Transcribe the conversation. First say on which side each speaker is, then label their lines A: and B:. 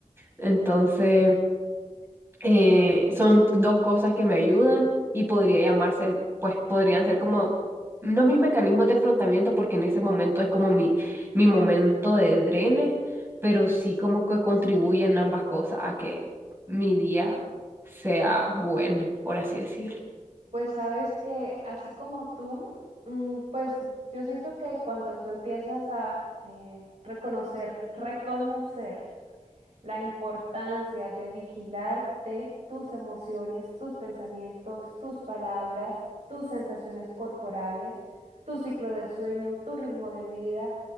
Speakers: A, on the right; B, on the right.
A: Entonces, eh, son dos cosas que me ayudan y podría llamarse, pues podrían ser como, no mis mecanismos de afrontamiento, porque en ese momento es como mi, mi momento de drene, pero sí como que contribuyen ambas cosas a que mi día sea bueno, por así decirlo.
B: Pues sabes que así como tú, mm, pues yo siento que cuando tú empiezas a eh, reconocer, reconocer la importancia de vigilarte tus emociones, tus pensamientos, tus palabras, tus sensaciones corporales, tu ciclo de sueño, tu ritmo de vida.